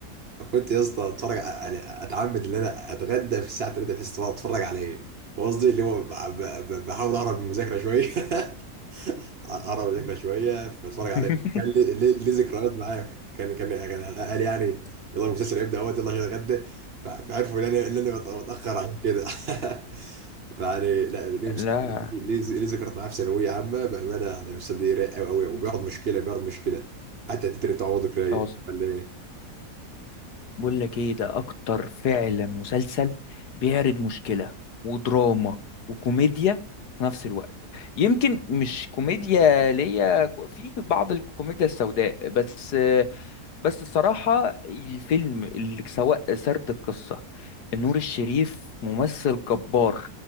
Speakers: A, on the right; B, on the left.
A: فكنت يا اسطى اتفرج على اتعمد ان انا اتغدى في الساعه 3 بحيث تبقى اتفرج عليه وقصدي اللي هو ب... ب... ب- بحاول اهرب من المذاكره شويه <laughs> اقرب الذكرى شويه بتفرج
B: <laughs>
A: عليه كان لي لي- لي ذكريات معايا كان كان يعني كان قال يعني يلا المسلسل هيبدا اهوت يلا عشان اتغدى ف- فعرفوا ان انا ان انا بت- بتاخر عشان كده <laughs> يعني لا ليه
B: لا
A: مس- ليه ليه- ليه ذكريات معاه في ثانويه عامه بامانه يعني المسلسل ده رايق قوي قوي وبيعرض
B: مم.
A: مشكله بيعرض مشكله حتى التتر بتاعه برضه رايق
B: أص-
A: ولا ايه؟
B: بقول لك ايه ده اكتر فعلا مسلسل بيعرض مشكلة ودراما وكوميديا في نفس الوقت يمكن مش كوميديا ليا في بعض الكوميديا السوداء بس بس الصراحة الفيلم اللي سواء سرد القصة نور الشريف ممثل جبار